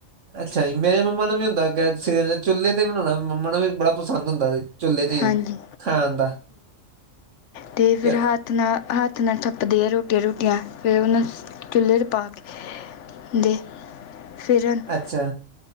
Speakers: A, on the right (about 70°); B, on the left (about 70°).
A: ਅੱਛਾ ਜੀ, ਮੇਰੇ ਮੰਮਾ ਨੂੰ ਵੀ ਹੁੰਦਾ ਚੁੱਲੇ ਤੇ ਬਣਾਉਣਾ ਮੰਮਾ ਨੂੰ ਵੀ ਬੜਾ ਪਸੰਦ ਹੁੰਦਾ ਸੀ ਚੁਲੇੇ ਚ ਹੀ
B: ਹਾਂਜੀ
A: ਖਾਣ ਦਾ।
B: ਤੇ ਫਿਰ
A: ਕਿਆ
B: ਹਾਂ ਹੱਥ ਨਾਲ ਹੱਥ ਨਾਲ ਥੱਪਦੇ ਆ ਰੋਟੀਆਂ ਰੂਟੀਆਂ ਫਿਰ ਉਹਨੂੰ ਚੁੱਲ੍ਹੇ ਪਾ ਕੇ ਦੇ ਫਿਰਣ <unintelligible>
A: ਅੱਛਾ